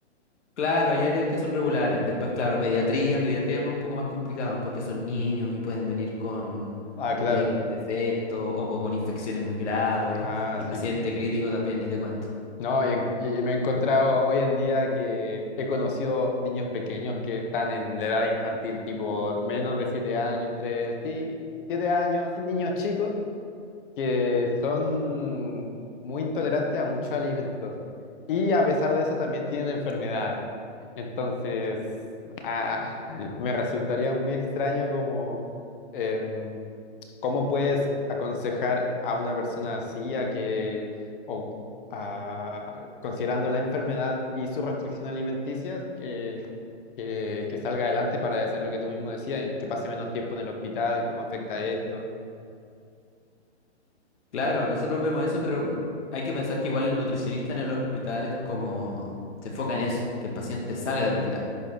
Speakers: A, on the left (about 75°); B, on the left (about 45°).
A: Claro, hay áreas que son regulares. Después, claro, pediatría, pediatría es un poco más complicado porque son niños y pueden venir con,
B: ah,
A: como
B: claro.
A: te digo, defectos o po- con infecciones muy graves
B: Ah,
A: y
B: sí.
A: paciente
B: po.
A: crítico también, ni te cuento.
B: No, y, en- y me he encontrado hoy en día que he conocido niños pequeños que están en la edad infantil, tipo menos de siete años, entre sí, siete años, así niños chicos que son muy intolerantes a muchos alimentos y a pesar de eso también tienen enfermedades. Entonces, ah, <laughs> me resultaría muy extraño como em, cómo puedes aconsejar a una persona así a que o a- considerando la enfermedad y su restricción alimenticia que, que, que salga adelante para hacer lo que tú mismo decías y que pase menos tiempo en el hospital y cómo afecta esto.
A: Claro, nosotros vemos eso, pero mm, hay que pensar que igual el nutricionista en el hospital es como, se enfoca en eso, que el paciente salga del hospital.